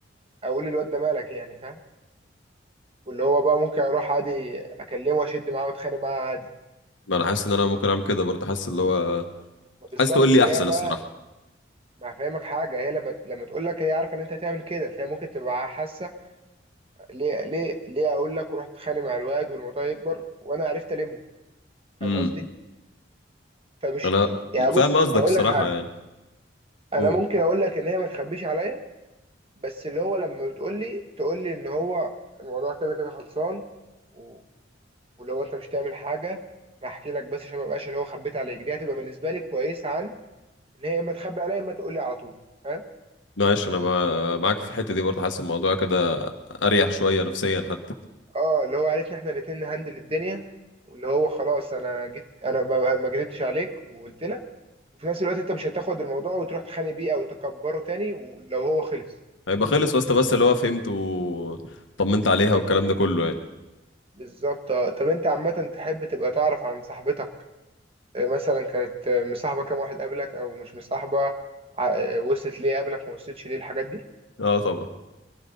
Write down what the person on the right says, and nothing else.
اقول الواد ده مالك يعني فاهم واللي هو بقى ممكن اروح عادي اكلمه واشد معاه واتخانق معاه عادي
بالظبط
فهي
بقى
ما هفهمك حاجه هي لما لما تقول لك هي عارفه ان انت هتعمل كده فهي ممكن تبقى حاسه ليه ليه ليه اقول لك ورحت اتخانق مع الواد والموضوع يكبر وانا عرفت المه
فاهم قصدي فمش
يعني
بص
هقول
لك حاجه
انا
ممكن اقول لك ان هي ما تخبيش عليا بس اللي هو لما بتقول لي تقول لي ان هو الموضوع كده كده خلصان و... ولو انت مش تعمل حاجه انا هحكي لك بس عشان ما بقاش اللي هو خبيت عليك دي هتبقى بالنسبه لي كويسه عن ان هي اما تخبي عليا اما تقول لي على طول فاهم
اه اللي هو عرفنا احنا الاتنين نهندل الدنيا واللي هو خلاص انا جيت انا ببقى ما كدبتش عليك وقلت لك وفي نفس الوقت انت مش هتاخد الموضوع وتروح تخانق بيه او تكبره تاني ولو هو خلص
بالظبط اه طب انت عامة تحب تبقى تعرف عن صاحبتك آه، مثلا كانت آه، مصاحبة كام واحد قبلك او مش مصاحبة ع- آه، وصلت ليه قبلك ما وصلتش ليه الحاجات دي